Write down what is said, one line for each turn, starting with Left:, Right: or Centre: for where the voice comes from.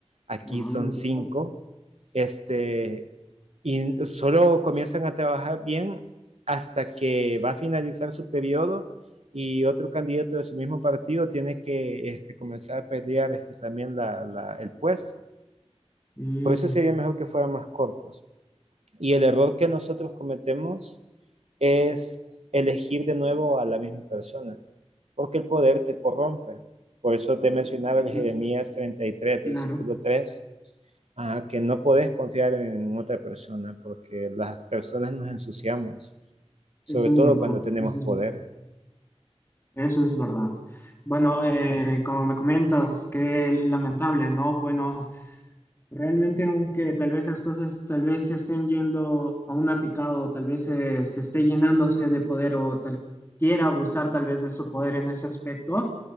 Right: aquí
Left: ah,
Right: son
Left: entiendo.
Right: cinco, este, y solo comienzan a trabajar bien hasta que va a finalizar su periodo y otro candidato de su mismo partido tiene que este, comenzar a pelear este, también la- la- el puesto.
Left: Mm.
Right: Por eso sería mejor que fueran más cortos. Y el error que nosotros cometemos es elegir de nuevo a la misma persona, porque el poder te corrompe. Por eso te mencionaba el Jeremías
Left: Mm,
Right: treinta y tres
Left: Claro,
Right: versículo tres ah, que no podés confiar en otra persona, porque las personas nos ensuciamos, sobre
Left: eso es
Right: todo
Left: verdad,
Right: cuando tenemos
Left: eso
Right: poder.
Left: es verdad, eso es verdad. Bueno, eh, como me comentas, qué lamentable, ¿no? Bueno, Realmente, aunque tal vez las cosas tal vez se estén yendo a una picada o tal vez eh, se, esté llenándose de poder o tal quiera abusar tal vez de su poder en ese aspecto,